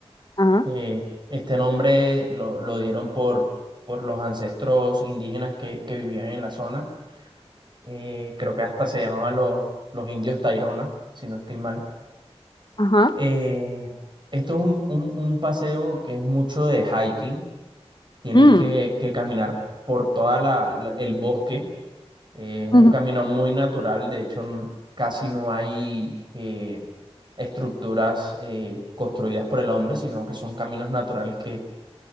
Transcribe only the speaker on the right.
Eh, este nombre lo, lo dieron por, por los ancestros indígenas que, que vivían en la zona. Eh, creo que hasta se llamaban los, los indios Tayrona, si no estoy mal.
Eh, esto es un, un- un paseo que es mucho de hiking. Tienes
que, que caminar por toda la, la- el bosque. Eh, es un
camino muy natural. De hecho, n- casi no hay eh, estructuras eh, construidas por el hombre, sino que son caminos naturales que,